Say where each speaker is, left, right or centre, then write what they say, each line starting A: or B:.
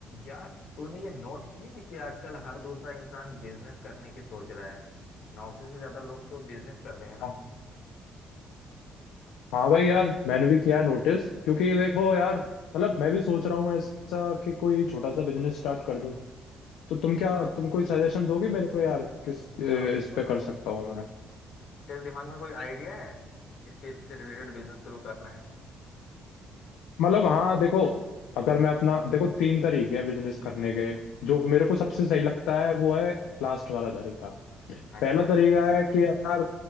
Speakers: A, on the left; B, on the left.
A: यार तूने ये नोट किया है कि आजकल हर दूसरा इंसान बिजनेस करने की सोच रहा है नौकरी से ज्यादा लोग तो बिजनेस कर रहे हैं ना
B: हाँ हाँ भाई यार मैंने भी किया है नोटिस क्योंकि ये देखो
A: हम्म
B: यार मतलब मैं भी सोच रहा हूँ ऐसा कि कोई छोटा सा बिजनेस स्टार्ट कर
A: हम्म,
B: दूं तो तुम क्या
A: हाँ
B: तुम कोई सजेशन दोगे मेरे को यार किस ए,
A: हाँ बिल्कुल
B: इस पे कर सकता हूँ मैं
A: तेरे दिमाग में कोई आइडिया है किस चीज से रिलेटेड बिजनेस शुरू करना है
B: मतलब हाँ देखो अगर मैं अपना देखो तीन तरीके हैं बिजनेस करने के जो मेरे
A: हम्म,
B: को सबसे सही लगता है वो है लास्ट वाला तरीका
A: अच्छा
B: पहला तरीका है कि यार